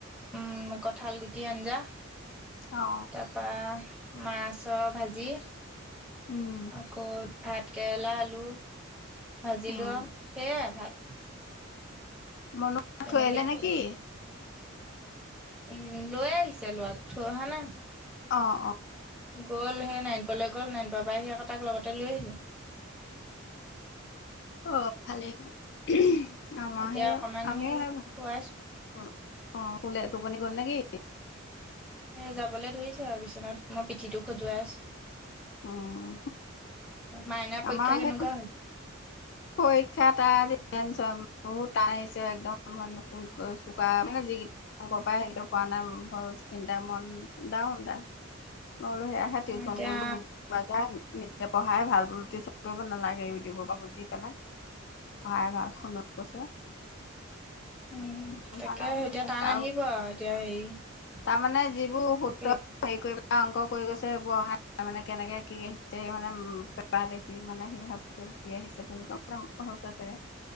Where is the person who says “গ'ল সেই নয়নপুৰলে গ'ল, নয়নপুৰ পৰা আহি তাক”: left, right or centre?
Centre